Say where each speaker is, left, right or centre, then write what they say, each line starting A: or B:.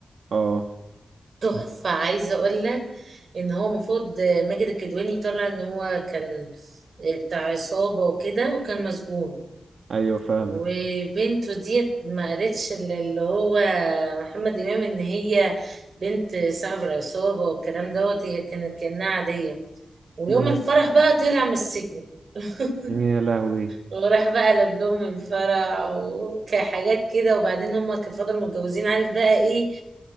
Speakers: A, on the right (about 75°); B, on the right (about 55°).
A: اه
B: تحفة عايزة اقول لك ان هو المفروض ماجد الكدواني طلع ان هو كان بتاع عصابة وكده وكان مسجون
A: ايوه فاهمك
B: وبنته ديت ما قالتش اللي هو محمد امام ان هي بنت صاحب العصابة والكلام دوت هي كانت كأنها عادية ويوم
A: مم،
B: الفرح بقى طلع من السجن <laughs>
A: يا لهوي
B: وراح بقى لبلوم الفرح وكحاجات كده وبعدين هما كانوا فضلوا متجوزين عارف بقى ايه